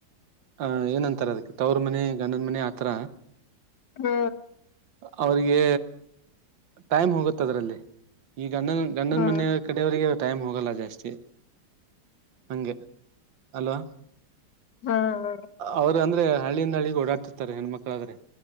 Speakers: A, on the right; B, on the left.
A: ಅ ಏನಂತಾರ ಅದಕ್ಕೆ ತವ್ರ ಮನೆ ಗಂಡನ ಮನೆ ಆತರ
B: ಹ್ಮ್
A: ಅವ್ರಿಗೆ ಟೈಮ್ ಹೋಗುತ್ತ ಅದರಲ್ಲಿ ಈ ಗಂಡನ್ ಗಂಡನ
B: ಹಾ
A: ಮನೆಯ ಕಡೆಯವ್ರಿಗೆ ಟೈಮ್ ಹೋಗಲ್ಲ ಜಾಸ್ತಿ ಹಂಗೆ ಹಲೋ
B: ಹ್ಮ್ ಹ್ಮ್
A: ಅವರು ಅಂದ್ರೆ ಹಳ್ಳಿಯಿಂದ ಹಳ್ಳಿಗೆ ಓಡಾಡ್ತಿರ್ತಾರೆ ಹೆಣ್ಮಕ್ಳಾದ್ರೆ